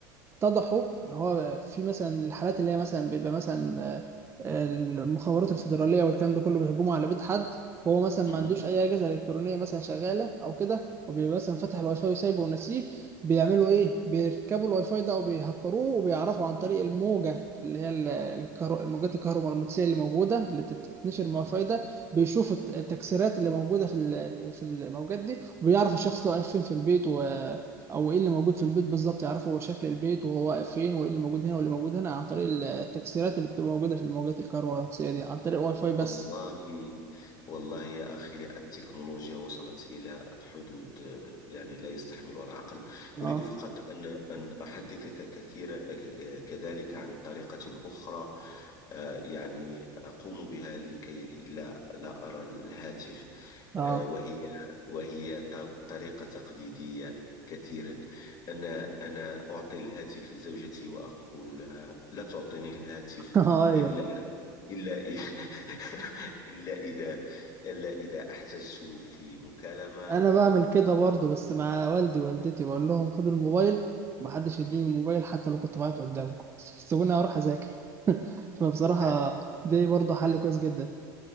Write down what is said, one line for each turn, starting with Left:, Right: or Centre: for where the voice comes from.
Right: اتضحوا ان هو في مثلا الحالات اللي هي مثلا بيبقى مثلا آه، آه، المخابرات الفيدراليه والكلام ده كله بيهجموا على بيت حد وهو مثلا
Left: مم.
Right: ما عندوش اي اجهزه الكترونيه مثلا شغاله او كده وبيبقى مثلا فاتح الواي فاي وسايبه وناسيه بيعملوا ايه بيركبوا الواي فاي ده او بيهكروه وبيعرفوا عن طريق الموجه اللي هي ال- الكهرو- الموجات الكهرومغناطيسيه اللي موجوده اللي بتتنشر من الواي
Left: مم.
Right: فاي ده بيشوفوا الت- التكسيرات اللي موجوده في ال- في الموجات دي وبيعرفوا الشخص ده واقف فين في البيت و او ايه اللي موجود في البيت بالظبط يعرفوا هو شكل البيت وهو واقف فين وايه اللي موجود هنا واللي موجود هنا عن طريق التكسيرات اللي بتبقى موجوده في الموجات الكهرومغناطيسيه دي عن طريق واي فاي بس
Left: والله والله يا أخي التكنولوجيا وصلت إلى حدود يعني لا يستحملها العقل
Right: اه
Left: أريد فقط أن أن أحدثك كثيرا كذلك عن طريقة أخرى آه، يعني أقوم بها لكي لا لا أرى الهاتف
Right: اه
Left: آه، وهي وهي طر- طريقة تقليدية كثيرا أنا أنا أعطي الهاتف لزوجتي وأقول لها لا تعطيني الهاتف
Right: <laughs> ايوه
Left: إلا إلا إ- <laughs> إلا إذا إلا إذا احتجته في مكالمة
Right: انا بعمل
Left: أو
Right: كده برضه بس مع والدي ووالدتي بقول لهم خدوا الموبايل محدش يديني
Left: مم.
Right: الموبايل حتى لو كنت بعيط قدامكم <laughs> سيبوني اروح اذاكر <laughs> فبصراحه
Left: هد-
Right: دي برضه حل
Left: ه-
Right: كويس جدا